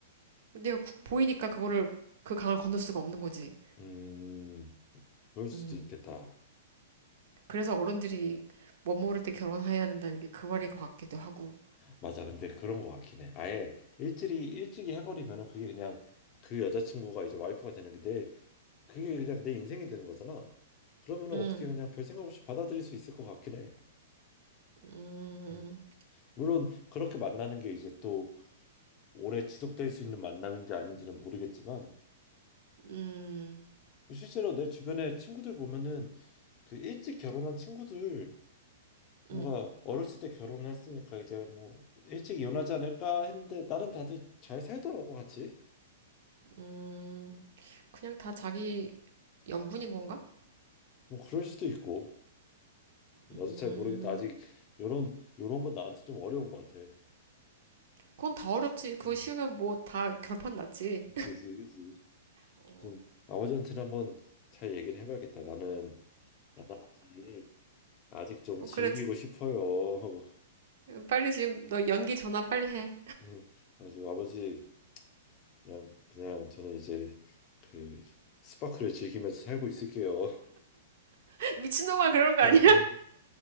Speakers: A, on the right; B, on the left.
A: 내가 구- 보이니까 그거를 그 강을 건널 수가 없는 거지.
B: 음, 그럴 수도
A: 음.
B: 있겠다.
A: 그래서 어른들이 멋 모를 때 결혼해야 된다는 게 그 말인 것 같기도 하고.
B: 맞아. 근데 그런 거 같긴 해. 아예 일찍이 일찍이 해버리면은 그게 그냥 그 여자친구가 이제 와이프가 되는 게 내 그게 그냥 내 인생이 되는 거잖아. 그러면은
A: 음,
B: 어떻게 그냥 별 생각 없이 받아들일 수 있을 것 같긴 해.
A: 음,
B: 음. 물론 그렇게 만나는 게 이제 또 오래 지속될 수 있는 만남인지 아닌지는 모르겠지만
A: 음,
B: 실제로 내 주변에 친구들 보면은 그 일찍 결혼한 친구들 뭔가
A: 음,
B: 어렸을 때 결혼했으니까 이제 뭐 일찍 이혼하지 않을까 했는데 나름 다들 잘 살더라고 같이
A: 음. 그냥 다 자기 연분인 건가?
B: 뭐 그럴 수도 있고 나도
A: 음,
B: 잘 모르겠다 아직 요런 요런 거 나한테 좀 어려운 것 같아
A: 그건 다 어렵지. 그거
B: 음
A: 쉬우면 뭐 다 결판 났지.
B: 그지 그지
A: 어,
B: 좀 아버지한테는 한번 잘 얘기를 해봐야겠다 나는 나는 아직 아직 좀
A: 어,
B: 즐기고
A: 그래.
B: 싶어요
A: 빨리 지금 너 연기 전화 빨리 해.
B: <laughs> 음, 아주 아버지 그냥 그냥 저는 이제 그 스파크를 즐기면서 살고 있을게요.
A: <laughs> 미친놈아, 그런 거
B: <laughs>
A: 아니야?